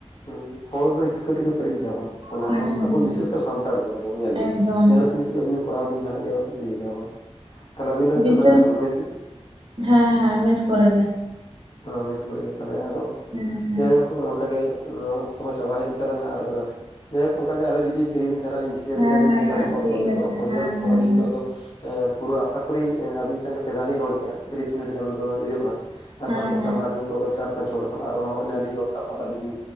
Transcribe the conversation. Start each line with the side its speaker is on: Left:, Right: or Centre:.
Left: ᱦᱮᱸ ᱦᱚᱲ ᱫᱚ ᱦᱤᱥᱠᱟᱹ ᱛᱮᱜᱮ ᱯᱮᱨᱮᱡ ᱜᱮᱭᱟᱵᱚᱱ ᱚᱱᱟ
Right: ᱦᱩᱸ
Left: ᱥᱟᱱᱛᱟ- ᱟᱵᱚ
Right: ᱦᱩᱸ
Left: ᱵᱤᱥᱮᱥ ᱠᱟᱨ ᱥᱟᱱᱛᱟᱲ ᱫᱚ ᱟᱵᱚ ᱧᱮᱞ ᱵᱤᱱ
Right: ᱮᱠᱫᱚᱢ
Left: ᱡᱟᱦᱟᱱᱟᱜ ᱡᱤᱱᱤᱥ ᱜᱮ ᱟᱵᱤᱱ ᱠᱚᱨᱟᱣ ᱵᱤᱱ ᱡᱟᱦᱱᱟᱜ ᱜᱮ ᱤᱭᱟᱹᱭ ᱠᱟᱱᱟ ᱠᱚ ᱛᱟᱦᱚᱞᱮ ᱟᱹᱵᱤᱱ ᱫᱚ ᱱᱤᱛᱳᱜ
Right: ᱵᱤᱥᱮᱥ
Left: ᱱᱟᱦᱟᱜ ᱢᱮᱥᱮ-
Right: ᱦᱮᱸ - ᱦᱮᱸ ᱢᱮᱥ ᱠᱚᱨᱮ ᱜᱮ
Left: ᱚᱸ ᱢᱮᱥ ᱠᱚᱨᱮ ᱜᱮ ᱛᱟᱦᱚᱞᱮ ᱟᱫᱚ,
Right: ᱦᱮᱸ ᱦᱮᱸ
Left: ᱡᱟᱭᱦᱳᱠ ᱚᱠ, ᱚᱱᱠᱟᱜᱮ ᱱᱚᱣᱟ ᱚᱠᱛᱚ ᱦᱚᱸ ᱪᱟᱵᱟ ᱦᱮᱡ ᱮᱱ ᱛᱟᱞᱟᱝᱟ ᱟᱨ ᱡᱟᱭᱦᱳᱠ ᱚᱱᱠᱟᱜᱮ ᱟᱨᱦᱚ ᱡᱩᱫᱤ, ᱯᱷᱤᱨᱤ ᱵᱤᱱ ᱛᱟᱦᱮᱱᱟ ᱟᱞᱤᱧ ᱢᱮᱥᱮᱡ ᱟᱵᱤᱱᱟᱞᱤᱧ
Right: ᱦᱮᱸ ᱦᱮᱸ
Left: ᱚᱱᱠᱟ
Right: ᱦᱮᱸ
Left: ᱜᱮ ᱠᱚᱞ
Right: ᱴᱷᱤᱠ
Left: ᱠᱟᱛᱮ
Right: ᱟᱪᱷᱮ
Left: ᱨᱚᱯᱚᱲ ᱦᱩᱭᱩᱜᱼᱟ
Right: ᱦᱮᱸ ᱦᱮᱸ
Left: ᱛᱚ ᱟᱹᱞᱤᱧ
Right: ᱦᱮᱸ
Left: ᱫᱚ ᱟᱫᱚ, ᱮᱸ ᱯᱩᱨᱟᱹ ᱟᱥᱟ ᱠᱩᱨᱤ ᱟᱵᱤᱱ ᱥᱚᱸᱜᱮ ᱞᱮ ᱫᱟ ᱞᱤᱧ ᱨᱚᱲ ᱠᱮᱜ - ᱟ ᱛᱤᱨᱤᱥ ᱢᱤᱱᱤᱴ ᱜᱟᱱ ᱫᱚ ᱦᱩᱭᱩᱜ ᱢᱟ᱾ ᱟᱨ
Right: ᱦᱮᱸ
Left: ᱥᱟᱶᱛᱮ
Right: ᱦᱮᱸ
Left: ᱚᱱᱠᱟ ᱞᱟᱦᱟ ᱨᱤᱱ ᱠᱚᱜᱚ ᱪᱟᱨ ᱯᱟᱸᱪ ᱦᱚᱲ ᱥᱟᱞᱟᱜ ᱨᱚᱱᱚᱲ ᱚᱱᱟ ᱞᱤᱧ ᱨᱚᱲ ᱠᱟᱜᱼᱟ ᱥᱮ ᱟᱰᱤᱫᱤᱱ᱾